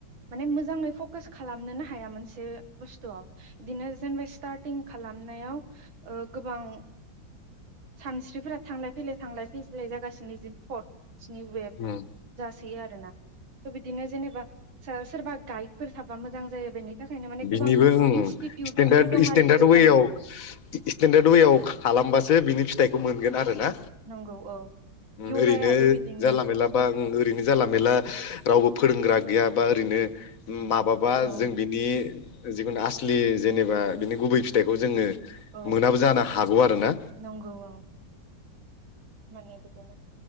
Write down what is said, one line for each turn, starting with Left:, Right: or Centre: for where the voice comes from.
Right: माने मोजाङै फ कास खालामनोनो हाया मोनसे बुस्थुआव इदिनो जेनेबा स्टारटिं खालामनायाव ओ गोबां सानस्रिफोरा थांलाय फैलाय थांलाय फैजलाय जागासिनो जि थट स्नि वेब
Left: उम
Right: जासोयो आरो ना थ' बिदिनो जेनेबा सो सोरबा गाइडफोर थाबा मोजां जायो बेनि थाखायनो माने
Left: बिनिबो
Right: गोबां
Left: उम
Right: इनस्टिटिउटफोरबो
Left: स्टेडार्द
Right: दं
Left: स्टेडार्द
Right: आरो य'गानि
Left: वेआव स्टेडार्द वेआव खालामबासो बिनि फि थायखौ मोनगोन आ रोना
Right: नंगौ औ
Left: ओम
Right: य'गायाबो
Left: ओरैनो
Right: बिदिनो
Left: जानला मेनलाबा ओं ओरैनो जानला मेला रावबो फोरोंग्रा गैया बा ओरैनो माबाबा
Right: औ
Left: जों बिनि जिखुनु आसलि जेनेबा बिनि गुबै फिथाइखौ जोङो
Right: औ
Left: मोनाबो जानो हागौ आरो ना।
Right: नंगौ औ माने बिदिनो